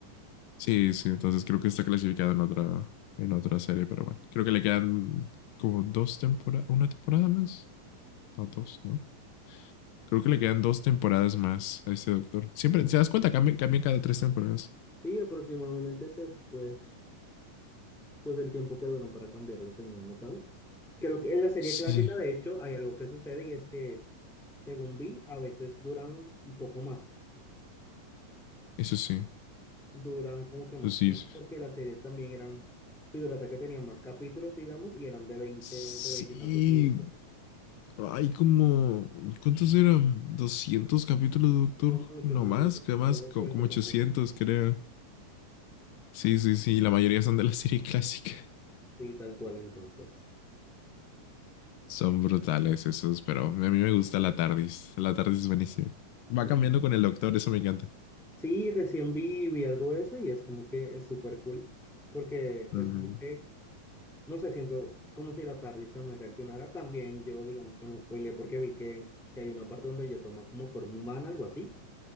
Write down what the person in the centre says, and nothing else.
Sí, aproximadamente ese es pues, pues el tiempo que duran para cambiarlo, según he notado. Creo que en la serie
clásica, de hecho, hay algo que sucede y es que, según vi, a veces duran un poco más.
duraron como que más
tiempo
porque las series también eran, figúrate que tenían más capítulos, digamos, y eran de veinte
de 20 y tantos minutos.
Son muchos,
son
muchos.
No los
cuentas,
son muchos.
Sí, tal cual, entonces.
<laughs>
Sí, recién vi, vi algo de eso y es como que es súper cool porque es
como que, no sé, siento como si la tardista me reaccionara. También yo, digamos que me spoileé porque vi que, que hay una parte donde ella toma como forma humana, algo así.